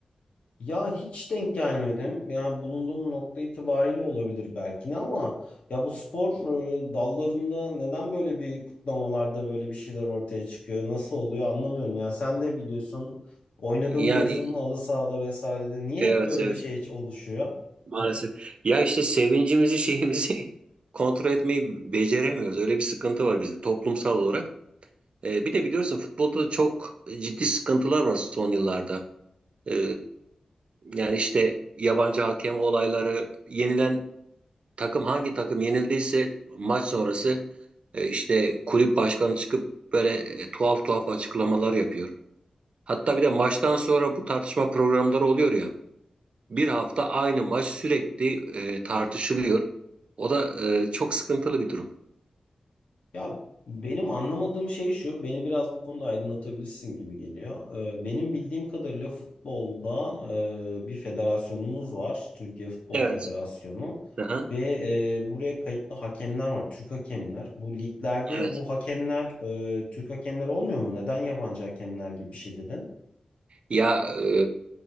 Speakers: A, on the left (about 70°); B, on the right (about 60°).
A: Ya hiç denk gelmedim. Ya bulunduğum nokta itibariyle olabilir belki ne ama ya bu spor e, dallarında neden böyle bir kutlamalarda böyle bir şeyler ortaya çıkıyor? Nasıl oluyor anlamıyorum. Ya sen de biliyorsun oynadım
B: Yani
A: diyorsun halı sahada vesairede. Niye
B: evet
A: hep böyle
B: evet
A: bir şey oluşuyor?
B: maalesef. Ya işte sevincimizi şeyimizi <laughs> kontrol etmeyi beceremiyoruz. Öyle bir sıkıntı var bizde toplumsal olarak. Ee, bir de biliyorsun futbolda da çok ciddi sıkıntılar var son yıllarda. Ee, yani işte yabancı hakem olayları, yenilen takım hangi takım yenildiyse maç sonrası e, işte kulüp başkanı çıkıp böyle e, tuhaf tuhaf açıklamalar yapıyor. Hatta bir de maçtan sonra bu tartışma programları oluyor ya. Bir hafta aynı maç sürekli e, tartışılıyor. O da e, çok sıkıntılı bir durum.
A: Ya benim anlamadığım şey şu, beni biraz bu konuda aydınlatabilirsin gibi geliyor. Ee, benim bildiğim kadarıyla futbolda e, bir federasyonumuz var, Türkiye Futbol
B: Evet.
A: Federasyonu
B: Aha,
A: ve e, buraya kayıtlı hakemler var, Türk hakemler. Bu liglerde
B: evet.
A: bu hakemler e, Türk hakemler olmuyor mu? Neden yabancı hakemler gibi bir şey dedin?
B: Ya e,